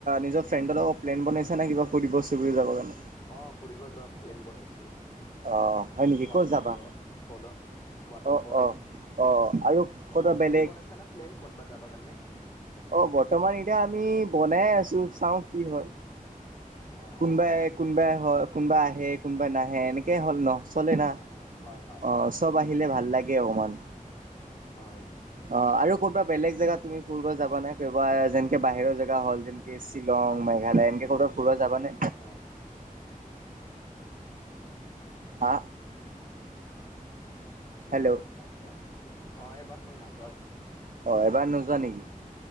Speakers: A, on the right (about 65°); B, on the left (about 40°).
A: নিজৰ ফ্ৰেণ্ডৰ লগত প্লেন বননিছে নে, কিবা, কৰিব চুৰি যাব কাৰণে।
B: অ, ফুৰিব যোৱা প্লেন বনাইছো,
A: অ' হয় নেকি
B: ৱাটাৰ
A: ক'ত যাবা?
B: ফ্ল, ফলত ৱাটাৰফল
A: অ' অ' অ' আৰু ক'ৰবা
B: অ,
A: বেলেগ?
B: তুমি বনাইছা ন, প্লেন ক'ত বা যাবা কাৰণে।
A: অ, বৰ্তমান এতিয়া আমি বনাই আছো চাও। কি হয়,
B: অ
A: কোনবাই, কোনবাই হয়। কোনোবা আহে, কোনোবা নাহে, এনেকে হ'ল ন, চলে না,
B: অ হয় হয়
A: অ,
B: হয়।
A: চব আহিলে ভাল। ভাল লাগে, অকমান।
B: হয়।
A: অ, ক'ব বেলেগ জেগাত তুমি ফুলব যা নাই কবা যেনকে বাহিৰৰ জেগা হ'ল যেকে শ্বিলং, মেঘালয় এনকে ক'ব ফা যাবানে
B: অ
A: হা?
B: শ্বিলং,
A: হেল্ল'
B: অ, এবাৰ মই নাযাওঁ।
A: অ, এবাৰ নোযোৱা নেকি।